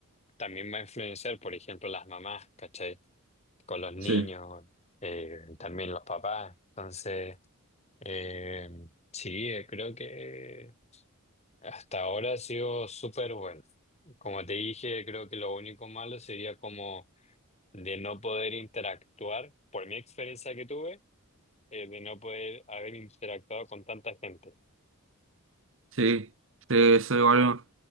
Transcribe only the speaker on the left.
también va a influenciar, por ejemplo, las mamás, ¿cachai? con los niños,
eh, también los papás. Entonces, eh, sí, eh, creo que hasta ahora ha sido súper bueno. Como te dije, creo que lo único malo sería como de no poder interactuar, por mi experiencia que tuve, eh, de no poder haber interactuado con tanta gente,